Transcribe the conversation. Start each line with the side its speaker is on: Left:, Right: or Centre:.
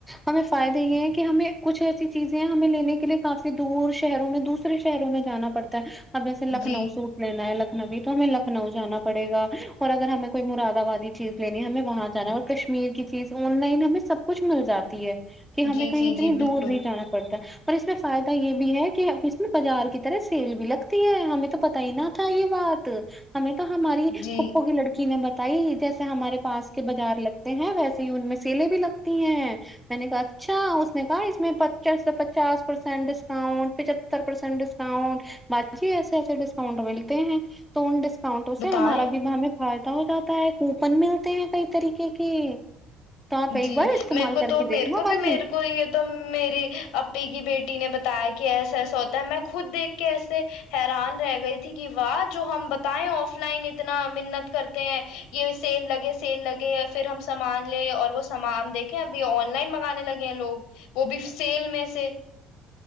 Centre: ہمیں فائدہ <unintelligible> یہ ہے کہ ہمیں کچھ ایسی چیزیں ہمیں لینے کے لیے کافی دور شہروں میں دوسرے شہروں میں جانا پڑتا ہے <unintelligible> اب سے لکھنؤ
Left: جی
Centre: سوٹ لین ہے ل <unintelligible> لکھنوی تو ہمیں لکھنؤ جانا پڑے گا اور اگر ہمیں کوئی مرادبادی چیز لینی ہمیں وہاں جانا ہے اور کشمیر کی چیز آن لائن ہمیں سب کچھ مل جاتی ہے <unintelligible> کہ
Left: جی
Centre: ہمیں کہیں
Left: جی
Centre: اتنی
Left: جی بالکل
Centre: دور نہیں جانا پڑتا اور اس میں فائدہ یہ بھی ہے کہ اس میں بازار کی طرح سیل بھی لگتی ہے ہمیں تو پت ہی نہ تھا یہ بات ہمیں ہماری
Left: جی
Centre: خپو کی لڑکی نے ب تائی جیسے ہمارے پاس کے بازار لگتے ہیں ویسے ہی ان میں سیلیں بھی لگتی ہیں میں نے کہا <unintelligible> اچھا اس نے کہا اس میں پچ پچاس پرسینٹ ڈسکاؤنٹ پچتر پرسینٹ ڈسکاؤنٹ با جی ایسے ایسے ڈسکاؤنٹ ملتے ہیں تو ان ڈ <unintelligible> اسکاؤنٹوں
Left: بتائیں
Centre: سے ہمارا بھی ہم پ ہو جاتا ہے کوپن ملتے ہیں کئی طریقے کے <unintelligible> تو آپ ایک
Left: جی
Centre: بار استعمال
Left: میرے کو
Centre: کر
Left: تو
Centre: کے
Left: میرے
Centre: دیکناا
Left: کو بھی
Centre: ب
Left: میرے
Centre: <unintelligible>
Left: کو یہ تو میری اپی کی بیٹی نے بتایا کہ کہ ایسا ایسا ہوتا ہے میں خود دیکھ کے ایسے حیران رہ گئی تھی کہ واہ جو ہم بتائیں آف لائن اتنا منت کرتے ہیں یہ سیل لگے سیل لگے پھر ہم سامان لے اور وہ سامان دیکھے ابھی آن لائن منگانے لگے ہیں لوگ وہ بھی سیل میں سے